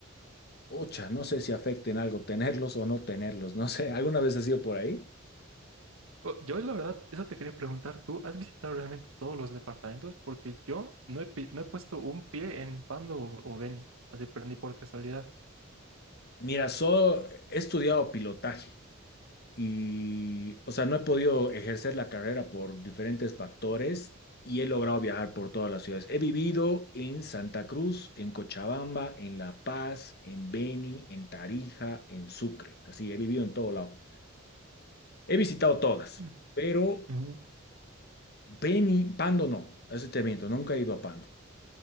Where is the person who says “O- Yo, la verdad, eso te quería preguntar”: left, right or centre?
Right